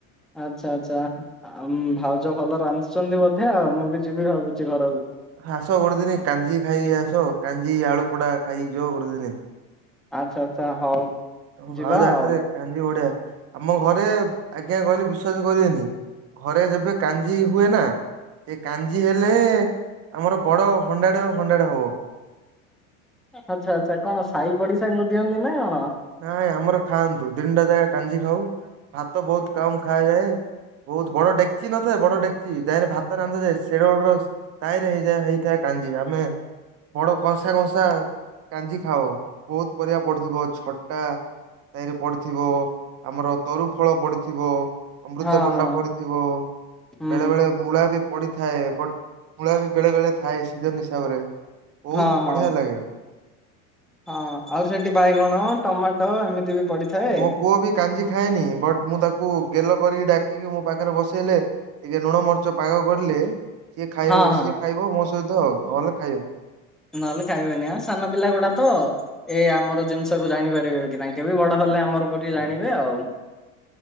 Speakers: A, in the centre; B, on the right (about 35°).
A: ଆଚ୍ଛା ଆଚ୍ଛା ଆମ ଭାଉଜ ଭଲ ରାନ୍ଧୁଛନ୍ତି ବୋଧେ ଆଉ ମୁଁ ବି ଯିବି ଭାବୁଛି ଘର
B: ଆସ ଗୋଟେ ଦିନି କାଞ୍ଜି ଖାଇକି ଆସ କାଞ୍ଜି ଆଳୁପୋଡା ଖାଇକି ଯିବ ଗୋଟେ ଦିନି।
A: ଆଚ୍ଛା ଆଚ୍ଛା ହଉ।
B: ତମ
A: ଯିବା
B: ଭାଉଜ ହାତରେ
A: ଆଉ।
B: କାଞ୍ଜି ବଢିଆ ଆମ ଘରେ ଆଜ୍ଞା କହିଲେ ବିଶ୍ଵାସ କରିବେନି। ଘରେ ଯେବେ କାଞ୍ଜି ହୁଏ ନା। ସେ କାଞ୍ଜି ହେଲେ ଆମର ବଡ ହଣ୍ଡା ଟାଏ ହଣ୍ଡା ଟେ ହବ।
A: ଆଚ୍ଛା ଆଚ୍ଛା କଣ ସାହି ପଡିଶାଙ୍କୁ ଦିଅନ୍ତି ନା କଣ?
B: ନାଇଁ ଆମର ଖାଆନ୍ତୁ ଦିନଟା ଯାକା କାଞ୍ଜି ଖାଉ ଭାତ ବହୁତ କମ ଖା ଯାଏ। ବହୁତ ବଡ ଡେକଚି ନଥାଏ ବଡ ଡେକଚି ତାହିଁରେ ଭାତ ରାନ୍ଧାଯାଏ ସେଡ ବଡର ତାହିଁରେ ହେଇଯାଏ ହେଇଥାଏ କା କାଞ୍ଜି ଆମେ ବଡ କଂସା କଂସା କାଞ୍ଜି ଖାଉ। ବହୁତ ପରିବା ପଢୁଥିବ ଛଟ ଟା ତାରେ ପଡିଥିବ ଆମର ତରୁ ଫଳ ପଡିଥିବ। ଅମୃତଭଣ୍ଡା
A: ହଁ ହଁ
B: ପଡିଥିବ
A: ହୁଁ
B: ବେଳେ ବେଳେ ମୂଳା ବି ପଡିଥାଏ ବଟ୍ ମୂଳା ବି ବେଳେ ବେଳେ ଥାଏ ସିଜନ ହିସାବରେ। ବହୁତ
A: ହଁ ହଁ।
B: ବଢିଆ ଲାଗେ।
A: ହଁ ଆହୁରି ସେଠି ବାଇଗଣ ଟମାଟୋ ଏମିତି ବି ପଡିଥାଏ।
B: ମୋ ପୁଅ ବି କାଞ୍ଜି ଖାଏନି ବଟ୍ ମୁଁ ତାକୁ ଗେଲ କରି ଡା ସିଏ ମୋ ପାଖରେ ବସେଇଲେ ଟିକେ ଲୁଣ ମର୍ଚ୍ଚ ପାଗ କରିଲେ ସିଏ ଖାଇବେ
A: ହଁ
B: ବସିଏ
A: ହଁ।
B: ଖାଇବ ମୋ ସହିତ ଆଉ ନହେଲେ ଖାଇବେନି।
A: ନହେଲେ ଖାଇବେନି ସାନ ପିଲା ଗୁଡା ତ ଏ ଆମର ଜିନିଷକୁ ଜାଣିପାରିବେ କି ତାଙ୍କେ ବି ବଡ ହେଲେ ଆମର ପ ଜାଣିବେ ଆଉ।